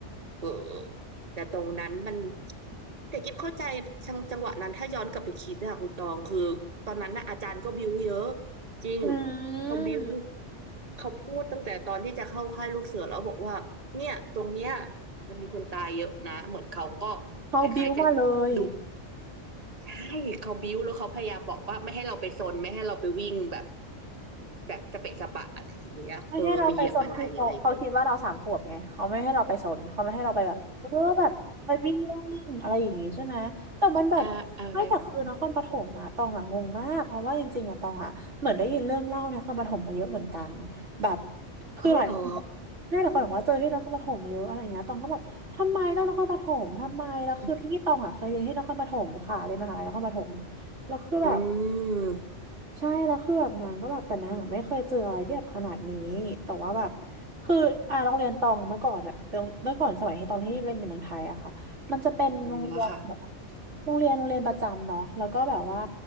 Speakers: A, on the right (about 30°); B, on the right (about 80°).
A: เออแต่ตรงนั้นมันแต่กิ๊บเข้าใจจังจังหวะนั้นถ้าย้อนกลับไปคิดอะคุณตองคือตอนนั้นนะอาจารย์ก็บิ้วเยอะจริง
B: อื
A: เขาบิ้ว
B: ม
A: เขาพูดตั้งแต่ตอนที่จะเข้าค่ายลูกเสือแล้วบอกว่าเนี่ยตรงเนี้ยมันมีคนตายเยอะนะเหมือนเขาก็
B: เขาบิ้วมาเลย
A: คล้ายๆจะดุใช่เขาบิ้วแล้วเขาพยายามบอกว่าไม่ให้เราไปซนไม่ให้เราไปวิ่งแบบแบบสเปะสปะอะไรอย่างเงี้ยเออไปเหยียบอะไรอะไรเงี้ย
B: ไม่ให้เราไปซนคือเขาเขาคิดว่าเราสามขวบไงเขาไม่ให้เราไปซนเขาไม่ให้เราไปแบบเออแบบไปวิ่งเล่นอะไรอย่างงี้ใช่ไหมแต่มันแบบไม่แต่คือนครปฐมอะตองอะงงมากเพราะว่าจริงๆอะตองอะเหมือนได้ยินเรื่องเล่าในนครปฐมมาเยอะเหมือนกัน
A: อ่าอะไรนั้น
B: แบบคือหลายคนบอกให้หลายคนบอกว่าเจอที่นครปฐมเยอะอะไรเงี้ยตองก็แบบทำไมต้องนครปฐมทำไมแล้วคือที่ตองอะเคยเรียนที่นครปฐมค่ะเรียนมหาลัยนครปฐม
A: เขาเหรออืม
B: แล้วคือแบบ
A: อืม
B: ใช่แล้วคือแบบนางก็แบบแต่นางอะไม่เคยเจออะไรที่แบบขนาดนี้แต่ว่าแบบคืออ่าโรงเรียนตองอะเมื่อก่อนอะตองเมื่อก่อนสมัยที่ตองที่เล่นในเมืองไทยอะค่ะมันจะเป็นโรงเรียนแบบ
A: มาแล้วค่ะ
B: โรงเรียนโรงเรียนประจำเนาะแล้วก็แบบว่า